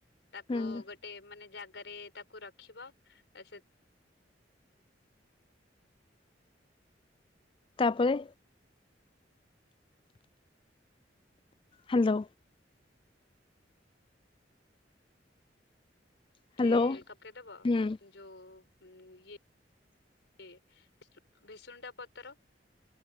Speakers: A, on the left (about 80°); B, on the left (about 30°).
A: ତାକୁ
B: ହୁଁ
A: ଗୋଟେ ମାନେ ଜାଗାରେ ତାକୁ ରଖିବ, ଆ ସେ
B: ତାପରେ ହାଲୋ।
A: <unintelligible>
B: ହ୍ୟାଲୋ ହୁଁ
A: ଯୋଉ
B: ହୁଁ
A: ଇଏ ଇଏ ଭିସୁଣ୍ଡା ପତ୍ର